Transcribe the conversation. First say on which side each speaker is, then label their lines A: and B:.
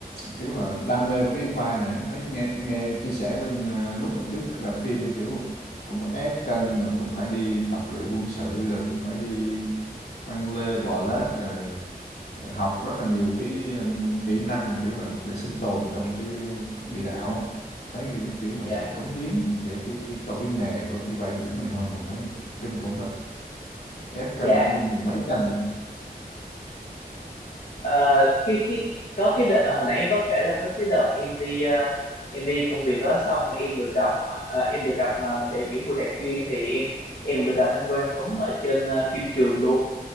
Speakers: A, on the left; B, on the left.
A: kiểu là đam mê với cái vai này thấy nghe nghe chia sẻ bên ờ, lúc mà trước ra phim á, kiểu cũng phải ép cân rồi cũng phải đi tập luyện quân sự rồi cũng phải đi lăn lê bò lết rồi học rất là nhiều cái, ừm, kỹ năng mà, kiểu là, để sinh tồn trong cái địa đạo á. Thấy, cái, kiểu
B: dạ
A: là, sự cống hiến cái cái cái cho cái nghề của cái vai diễn này thôi mình thấy kinh khủng thật. Ép cân
B: dạ
A: tới mười mấy cân rồi
B: Ờ, cái cái có cái đợt hồi nãy em có kể là có cái đợt em đi ờ, em đi công việc đó xong mà em được gặp họ- ờ, em được gặp ờ, đạo diễn Bùi Đạt Chuyên thì em em được gặp anh Quang Tuấn ở trên ờ, phim trường luôn